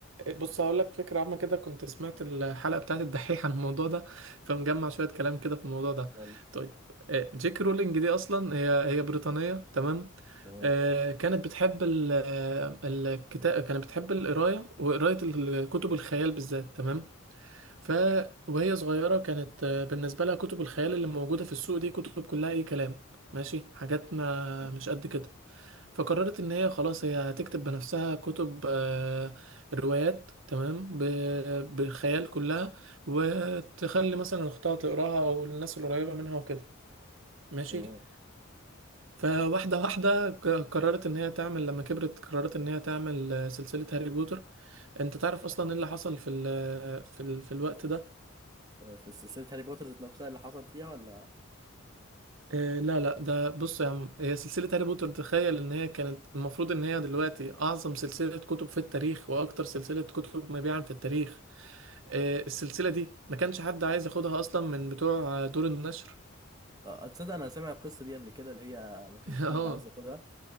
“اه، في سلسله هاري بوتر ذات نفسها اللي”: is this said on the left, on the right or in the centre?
Right